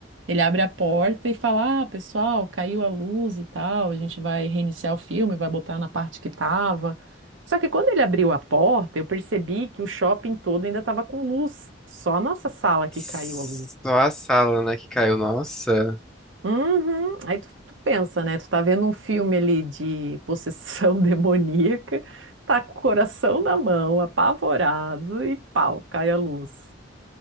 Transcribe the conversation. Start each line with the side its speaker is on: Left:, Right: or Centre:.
Right: Ele abre a porta e fala: Ah, pessoal, caiu a luz e tal, a gente vai reiniciar o filme, vai botar na parte que tava. Só que quando ele abriu a porta, eu percebi que o shopping todo ainda tava com luz, só a nossa sala que
Centre: Só
Right: caiu a luz.
Centre: a sala, né, que caiu. Nossa.
Right: Uhum. Aí tu, tu pensa, né? Tu tá vendo um filme ali de possessão <laughs> demoníaca, tá com o coração na mão, apavorado e pau, cai a luz.